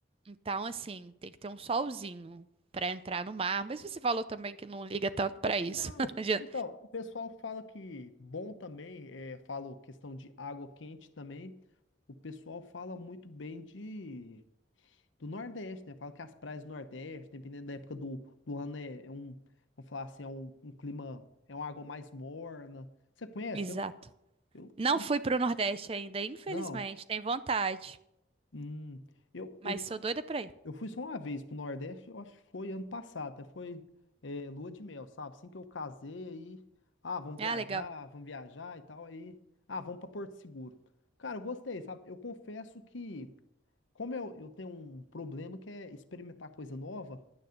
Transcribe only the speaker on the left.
Não.
Então, o pessoal fala que bom também, é, falo questão de água quente também. O pessoal fala muito bem de. do Nordeste, né? Fala que as praias do Nordeste, dependendo da época do, do ano, é, é um, vamos falar assim, é um, um clima, é uma água mais morna. Você conhece?
Eu, eu
fui
muito-
não.
Hum, eu,
eu fui,
eu fui só uma vez pro Nordeste, eu acho que foi ano passado, até foi é, lua de mel, sabe? Assim que eu casei, aí, ah, vamos viajar,
vamos viajar e tal, aí, ah, vamos pra Porto Seguro. Cara, eu gostei, sabe? Eu confesso que Como eu, eu tenho um problema que é experimentar coisa nova,